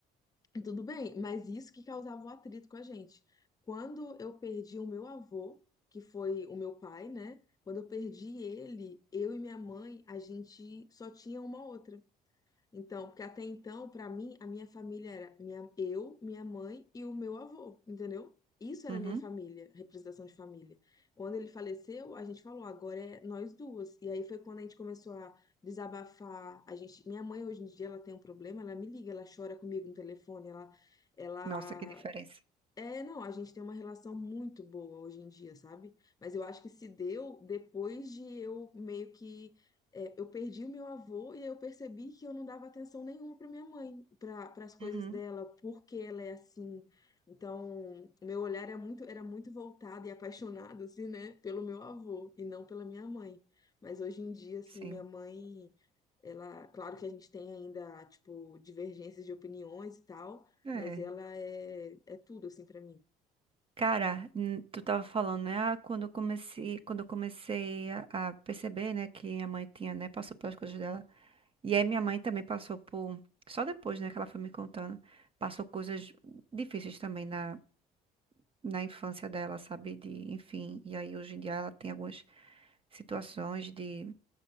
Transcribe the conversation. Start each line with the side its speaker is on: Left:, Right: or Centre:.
Left: E Tudo bem, mas isso que causava o atrito com a gente. Quando eu perdi o meu avô, que foi o meu pai, né? Quando eu perdi ele, eu e minha mãe, a gente só tinha uma outra. Então, porque até então, pra mim, a minha família era minha, eu, minha mãe e o meu avô, entendeu? Isso era
Right: Uhum.
Left: minha família, representação de família. Quando ele faleceu, a gente falou, agora é nós duas. E aí foi quando a gente começou a desabafar. A gente, minha mãe hoje em dia ela tem um problema, ela me liga, ela chora comigo no telefone, ela, ela
Right: Nossa, que diferença.
Left: é, não, a gente tem uma relação muito boa hoje em dia, sabe? Mas eu acho que se deu depois de eu meio que. é, eu perdi o meu avô e aí eu percebi que eu não dava atenção nenhuma para minha mãe, para para as coisas
Right: Uhum.
Left: dela, porque ela é assim. Então, meu olhar era muito, era muito voltado e apaixonado, assim, né, pelo meu avô e não pela minha mãe. Mas hoje em dia, assim,
Right: Sim.
Left: minha mãe. Ela, claro que a gente tem ainda, tipo, divergências de opiniões e tal,
Right: É.
Left: mas ela é, é tudo, assim, pra mim.
Right: Cara, n- tu tava falando, né? Ah, quando eu comecei, quando eu comecei a, a perceber, né, que minha mãe tinha, né, passou pelas coisas dela. E aí minha mãe também passou por, só depois, né, que ela foi me contando, passou coisas difíceis também na, na infância dela, sabe? De, enfim, e aí hoje em dia ela tem algumas situações de,